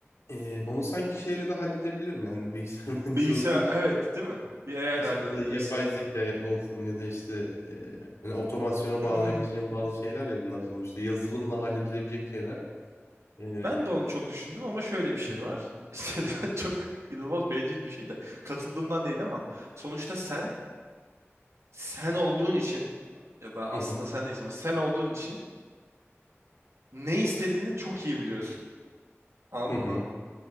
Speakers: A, on the left; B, on the right.
A: E, onu sanki şeyle de halledebilirim yani bilgisayar <laughs> mühendisliği
B: Bilgisayar,
A: okuyup
B: evet, değil mi? Bir AI
A: işte
B: ile halledebilirsin.
A: mesela yapay zeka olsun ya da işte e, hani otomasyona
B: <clears throat>
A: bağlayabileceğim bazı şeyler ya bunlar sonuçta yazılımla halledilebilecek şeyler. E,
B: Ben de onu çok düşündüm ama şöyle bir şey
A: <laughs>
B: var. <laughs> İşte çok inanılmaz bencil bir şey de katıldığımdan değil ama sonuçta sen sen olduğun için ya da aslında
A: Hı hı.
B: sen değilsin ama sen olduğun için ne istediğini çok iyi biliyorsun. Anladın
A: Hı hı.
B: mı?